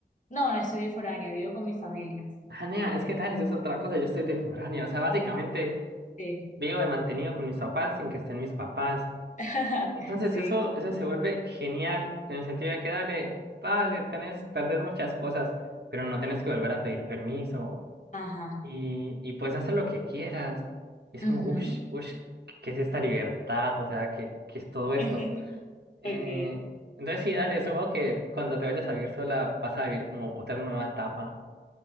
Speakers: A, on the left; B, on the right.
A: no, no estoy de foránea, vivo con mi familia.
B: Ah, nea, es que dale, eso es otra cosa. Yo estoy de foránea. O sea, básicamente
A: Sí.
B: vivo de mantenido con mis papás sin que estén mis papás.
A: <laughs>
B: Entonces eso,
A: Sí.
B: eso se vuelve genial en el sentido de que dale, vale, tenés, perdés muchas cosas, pero no tenés que volver a pedir permiso.
A: Ajá.
B: Y, y puedes hacer lo que quieras. es
A: ujú.
B: como, uff, uff, ¿qué es esta libertad? O sea, ¿qué, qué es todo esto?
A: <laughs>
B: Eh,
A: Ok.
B: entonces sí, dale, supongo que cuando te vayas a vivir sola vas a vivir como otra nueva etapa.